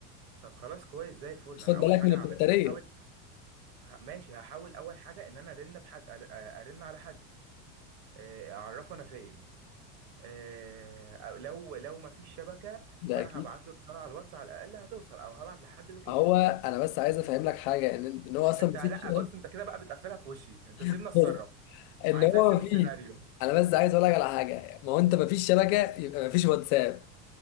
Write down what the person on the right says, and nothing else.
طب خلاص كويس زي الفل
انا اول
حاجه
هعملها هحاول ه- ماشي هحاول اول حاجه ان انا ارن بحد أر- آه، ارن على حد آه، اعرفه انا فين آه، أو لو لو ما فيش شبكه
فانا
هبعت له رساله على الواتس على الاقل هتوصل او هبعت لحد لوكيشن
انت
لا بص انت كده بقى بتقفلها في وشي انت سيبنا
اتصرف
عايز
ارسم
السيناريو